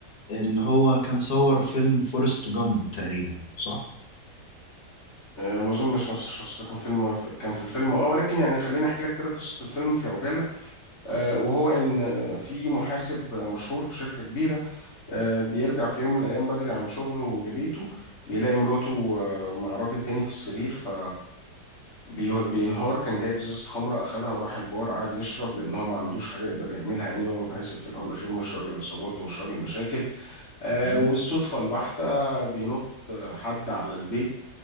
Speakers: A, on the left; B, on the left.
A: اللي هو كان صور فيلم فورست جامب تقريبا صح؟
B: آه، ما اظنش نفس الشخص ده كان فيلم كان في الفيلم اه ولكن يعني خليني احكي لك كده قصه الفيلم في عجاله آه، وهو ان آه، في محاسب مشهور في شركه كبيره آه، بيرجع في يوم من الايام بدري عن شغله لبيته بيلاقي مراته آه، مع راجل تاني في السرير ف بي- بينهار كان جايب ازازه خمره اخدها وراح البار قعد يشرب لان هو ما عندوش حاجه يقدر يعملها يعني هو محاسب في الاول والاخير مش راجل عصابات ومش راجل مشاكل آه،
A: تمام
B: وبالصدفه البحته بينط آه، حد على البيت